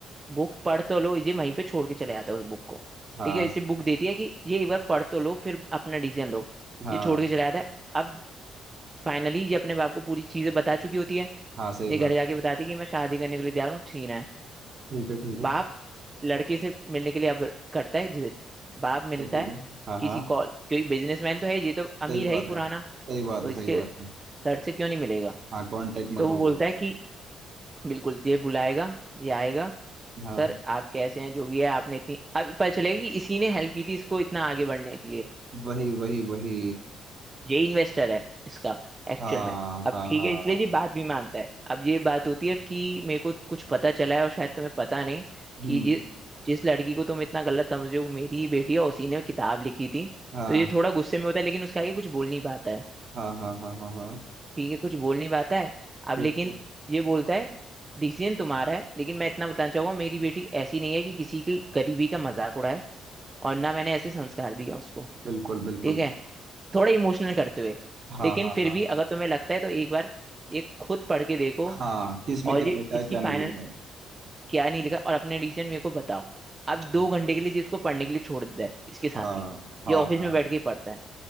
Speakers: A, on the right (about 25°); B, on the right (about 50°).
A: बुक पढ़ तो लो ये वहीं पे छोड़ के चले जाता है उस बुक को
B: हाँ
A: ठीक है इसे बुक देती है कि ये एक बार पढ़ तो लो फिर अपना डिसीजन लो
B: हाँ
A: ये छोड़ के चला जाता है अब फाइनली ये अपने बाप को पूरी चीजें बता चुकी होती है
B: हाँ सही
A: ये
B: बात
A: घर जाके बताती है कि मैं शादी करने के लिए तैयार हूँ ठीक है
B: ठीक है ठीक है
A: बाप
B: ठीक
A: लड़की से मिलने के लिए अब करता है जिद बाप मिलता
B: है ठीक
A: है
B: है हाँ हाँ
A: किसी कॉल क्योंकि बिजनेसमैन तो है ये तो अमीर
B: सही बात
A: है ही पुराना
B: है सही बात
A: तो
B: है
A: इसके
B: सही बात है
A: सर से क्यों नहीं मिलेगा
B: हाँ कांटेक्ट मत
A: तो वो
B: होगा
A: बोलता है कि बिल्कुल ये बुलाएगा ये आएगा
B: हाँ
A: सर आप कैसे हैं जो भी है आपने इतनी अब पता चलेगा कि इसी ने हेल्प की थी इसको इतना आगे बढ़ने के लिए
B: वही वही वही
A: ये इन्वेस्टर है इसका एक्चुअल
B: हाँ
A: में अब
B: हाँ
A: ठीक
B: हाँ
A: है इसलिए ये बात भी मानता है अब ये बात होती है कि मेरे को कुछ पता चला है और शायद तुम्हें पता नहीं
B: हम्म
A: कि जि, जिस लड़की को तुम इतना गलत समझे हो वो मेरी ही बेटी है और उसी ने किताब लिखी थी
B: हाँ
A: तो ये थोड़ा गुस्से में होता है लेकिन उसके आगे कुछ बोल नहीं पाता है
B: हाँ हाँ हाँ हाँ हाँ
A: ठीक है कुछ बोल नहीं पाता है अब
B: बिल्कुल
A: लेकिन ये बोलता है डिसीजन तुम्हारा है लेकिन मैं इतना बताना चाहूंगा मेरी बेटी ऐसी नहीं है कि किसी की गरीबी का मजाक उड़ाए और ना मैंने ऐसे संस्कार दिया उसको
B: बिल्कुल बिल्कुल
A: ठीक है
B: बिल्कुल
A: थोड़ा इमोशनल करते हुए
B: हाँ
A: लेकिन
B: हाँ
A: फिर
B: हाँ
A: भी अगर
B: हाँ
A: तुम्हें लगता है तो एक बार ये खुद पढ़ के देखो
B: हाँ किस में
A: और
B: क्या
A: ये
B: लिखा है
A: इसकी
B: क्या नहीं
A: फाइनल
B: लिखा है
A: क्या नहीं लिखा और अपने रीजन मेरे को बताओ आप
B: ठीक
A: दो घंटे
B: है
A: के लिए जिसको पढ़ने के लिए छोड़ देता है इसके साथ
B: हाँ
A: ही
B: हाँ
A: ये ऑफिस
B: हाँ
A: में बैठ के ही पढ़ता है